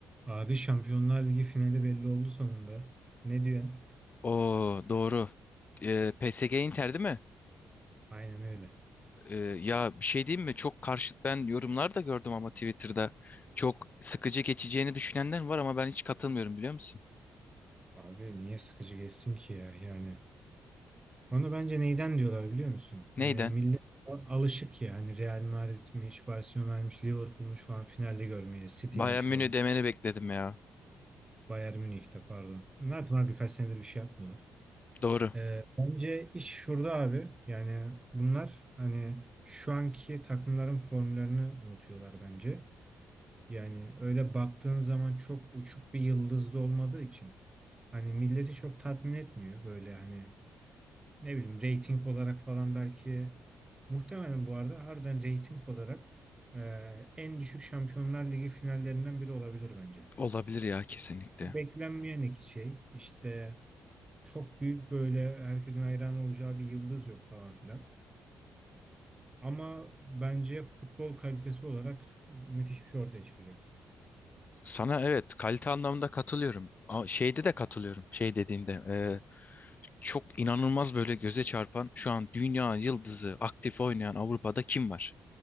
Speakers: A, on the right (about 25°); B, on the left (about 40°).
A: Abi Şampiyonlar Ligi finali belli oldu sonunda. Ne diyorsun?
B: O doğru. Ee, PSG Inter değil mi?
A: Aynen öyle.
B: Ee, ya bir şey diyeyim mi? Çok karşıt ben yorumlar da gördüm ama Twitter'da çok sıkıcı geçeceğini düşünenler var ama ben hiç katılmıyorum biliyor musun?
A: Abi niye sıkıcı geçsin ki ya yani. Onu bence neyden diyorlar biliyor musun?
B: Neyden?
A: Hani millet a- alışık ya hani Real Madrid'miş, Barcelona'ymış, Liverpool'muş falan finalde görmeye, City'ymiş
B: Bayern
A: falan.
B: Münih demeni bekledim ya.
A: Bayern Münih'te pardon. Ne yaptılar birkaç senedir bir şey yapmıyorlar.
B: Doğru.
A: Ee, bence iş şurada abi. Yani bunlar hani şu anki takımların formlarını unutuyorlar bence. Yani öyle baktığın zaman çok uçuk bir yıldızda olmadığı için hani milleti çok tatmin etmiyor böyle hani ne bileyim reyting olarak falan belki muhtemelen bu arada harbiden reyting olarak e, en düşük Şampiyonlar Ligi finallerinden biri olabilir bence.
B: Olabilir ya kesinlikle.
A: Beklenmeyen iki şey işte çok büyük böyle herkesin hayran olacağı bir yıldız yok falan filan. Ama bence futbol kalitesi olarak müthiş bir şey ortaya çıkacak.
B: Sana evet kalite anlamında katılıyorum. Ama şeyde de katılıyorum. Şey dediğinde e, çok inanılmaz böyle göze çarpan şu an dünya yıldızı aktif oynayan Avrupa'da kim var?